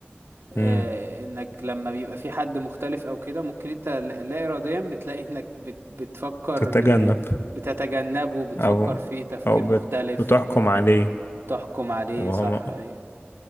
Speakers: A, on the right; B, on the left.
A: آه
B: مم.
A: انك لما بيبقى في حد مختلف او كده ممكن انت لا لا اراديا بتلاقي انك بت... بتفكر
B: تتجنب
A: يعني بتتجنبه بتفكر
B: أو
A: فيه تفكير
B: أو
A: مختلف
B: بت... بتحكم
A: آه
B: عليه
A: تحكم عليه
B: وهو
A: صح ايوه